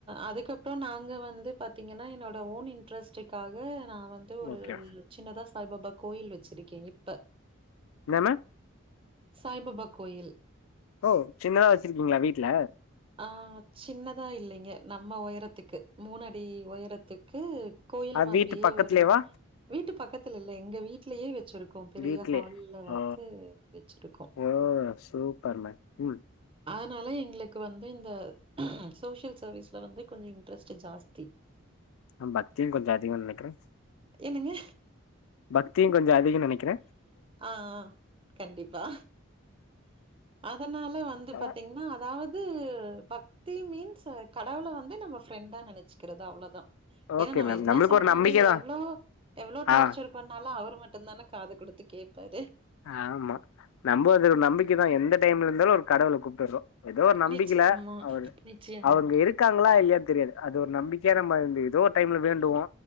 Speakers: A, on the right; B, on the left.
A: அதுக்கப்பறோ நாங்க வந்து பாத்தீங்கன்னா என்னோட ஓன் இன்ட்ரெஸ்டுக்காக நா வந்து டு ஒரு
B: ஓகே
A: சின்னதா சாய்பாபா கோயில் வச்சிருக்கே இப்ப
B: என்னாம
A: சாய்பாபா கோயில்
B: ஓ சின்னதா வச்சிருக்கீங்களா வீட்ல
A: ஆ சின்னதா இல்லைங்க நம்ம ஒயரத்துக்கு மூணடி ஒயரத்துக்கு கோயில்
B: அது
A: மாதிரியே
B: வீட்டு பக்கத்துலேவா
A: ஒரு வீட்டு பக்கத்துல இல்ல எங்க வீடலயே வச்சிருக் கோ பெரிய
B: வீட்லே
A: ஹால்ல வந்து
B: ஓ
A: வெச்சிருக்கோ
B: ஓ சூப்பர் மேம் ம்
A: அதனால எங்களுக்கு வந்து இந்த சோசியல் சர்வீஸ்ல வந்து கொஞ்சொ இன்ட்ரெஸ்ட் ஜாஸ்தி
B: ஆ பக்தியு கொஞ்சொ அதிகொ நெனைக்கிறே
A: என்னங்க?
B: பக்தியு கொஞ்சொ அதிகோ நெனைக்கிறே
A: ஆ கண்டிப்பா அதனால வந்து
B: ஆ
A: பாத்தீங்கன்னா அதாவ்து பக் தி மீன்ஸ் அ கடவுள வந்து நம்ம ஃப்ரெண்டா நெனைச்சுக்கிறது அவ்ளோதா ஏனா
B: ஓகே
A: நம்ம
B: மேம்
A: என்ன
B: நம்மளுக்கு
A: சொன்னாலு
B: ஒரு நம்பிக்க தா
A: எவ்ளோ எவ்ளோ டார்ச்சர்
B: ஆ
A: பண்ணாலு அவரு மட்டுந்தானே காது குடுத்து கேப்பாரு
B: ஆமா நம்ப அதொரு நம்பிக்கதா எந்த டைம்ல இருந்தாலு ஒரு கடவுள கூப்ட்டுறோ எதோ ஒரு நம்பிக்கைல
A: நிச்சயமா,
B: அவர்
A: நிச்சயமா.
B: அவங்க இருக் காங்களா இல்லையனு தெரியாது அது ஒரு நம்பிக்கையா நம்ம இந்த எதோ ஒரு டைம்ல வேண்டுவோ